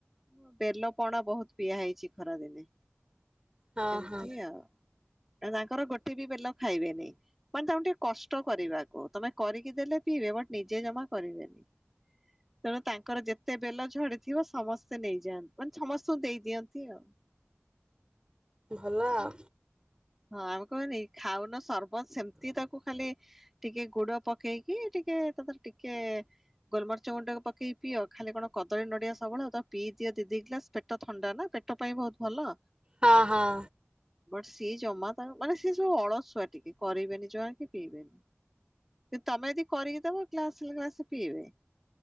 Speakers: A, in the centre; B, on the right.
A: ତ ବେଲ ପଣ ବହୁତ ପିଆ ହେଇଛି ଖରା ଦିନେ।
B: ହଁ
A: ଏମତି
B: ହଁ
A: ଆଉ ଆ ତାଙ୍କର ଗୋଟେ ବି ବେଲ ଖାଇବେନି। ମାନେ ତାଙ୍କୁ ଟିକେ କଷ୍ଟ କରିବାକୁ ତମେ କରିକି ଦେଲେ ପିଇବେ ବଟ୍ ନିଜେ ଜମା କରିବେନି। ହୁଁ ତେଣୁ ତାଙ୍କର ଯେତେ ବେଲ ଝଡିଥିବ ସମସ୍ତେ ନେଇଯାଆନ୍ତି ମାନେ ସମସ୍ତଙ୍କୁ ଦେଇଦିଅନ୍ତି ଆଉ।
B: ଭଲ ଆଉ।
A: ହଁ ଆମେ କହନି ଖାଉନ ସରବତ ସେମିତି ତାକୁ ଖାଲି ଟିକେ ଗୁଡ ପକ କେଇକି ଟିକିଏ ତାଦେରେ ଟିକିଏ। ଗୋଲମର୍ଚ ଗୁଣ୍ଡ ପକେଇ ପିଅ ଖାଲି କଣ କଦଳୀ ନଡିଆ ସବଳ ଆଉ ପିଇି ଦି ଦି ଗ୍ଲାସ ପେଟ ଟ ଥଣ୍ଡା ନା ପେଟ ପାଇଁ ବହୁତ ଭଲ।
B: ହଁ ହଁ।
A: ବଟ୍ସ ସିଏ ଜମା ତ ମାନେ ସିଏ ସବୁ ଅଳସୁଆ ଟିକେ କରିବେନି ଜମା କି ପିଇବେନି। କି ତମେ ଯଦି କରିକି ଦବ ଗ୍ଲାସେ ଲେ ଗ୍ଲାସେ ପିଇବେ।